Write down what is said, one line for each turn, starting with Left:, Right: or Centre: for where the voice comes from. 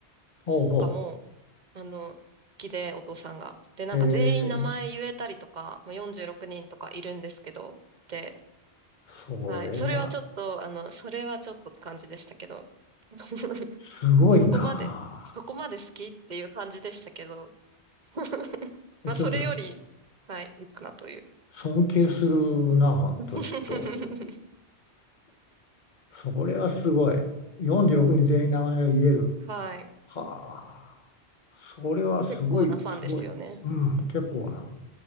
Left: ほうほ
Right: とかも、あの、好きで、お父さんが。で、なんか全員名前言えたりとか、
Left: う。えー、
Right: まあ、46人とかいるんですけど、で、
Left: それは
Right: はい。それはちょっと、あの、それはちょっとって感じでしたけど、<laughs>
Left: すごいなあ。
Right: そこまで、そこまで好きっていう感じでしたけど、<laughs>
Left: えちょっとす
Right: まあ、それより、はい、いいかなという。
Left: 尊敬するなあ、
Right: <laughs>
Left: ちょっと。それはすごい。46人全員名前が言える。
Right: はい。
Left: はあ。それはすごい、
Right: 結構なファンですよね。
Left: すごい。うん、結構な。